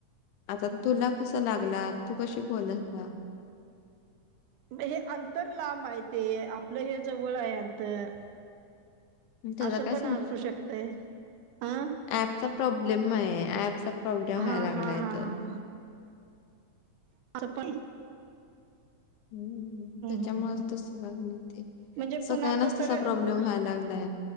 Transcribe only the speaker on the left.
आता, तुला कसां लागला. तू कशी बोलाता
पण त्याचा
काय
अँपचा प्रॉब्लेम आहे. ऍपचा प्रॉब्लेम
व्हाय लागलाय
तो
हम्म, त्याच्यामुळेच
तस व्हालय ते.
सगळ्यांनाच
तसा
प्रॉब्लेम व्हायला लागलाय.